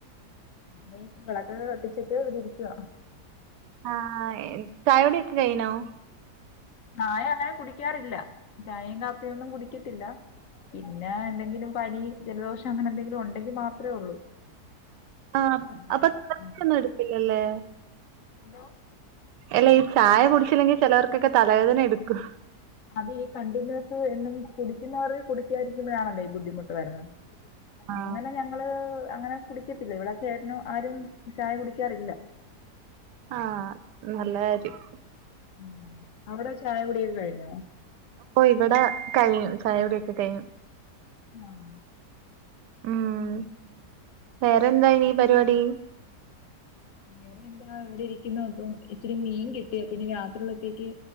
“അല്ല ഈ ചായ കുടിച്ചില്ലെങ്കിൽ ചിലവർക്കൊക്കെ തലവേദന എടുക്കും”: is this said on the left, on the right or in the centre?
Right